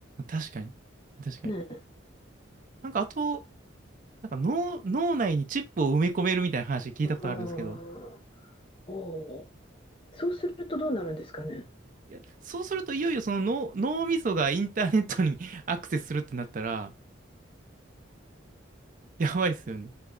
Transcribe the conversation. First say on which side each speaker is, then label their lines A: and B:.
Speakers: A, on the right; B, on the left.
A: 確かに。確かに。
B: ねえ。
A: なんかあと、なんか脳、脳内にチップを埋め込めるみたいな話聞いたことあるんですけど、
B: あーおーそうするとどうなるんですかね。
A: いやそうするといよいよその脳、脳みそがインターネットに <laughs> アクセスするってなったら、やばいっすよね。